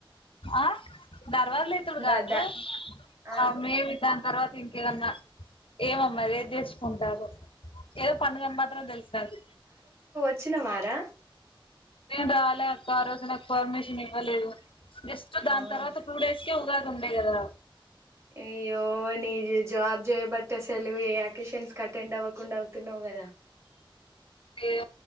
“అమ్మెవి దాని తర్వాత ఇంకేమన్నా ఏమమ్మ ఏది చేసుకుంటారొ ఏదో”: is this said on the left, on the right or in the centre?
Left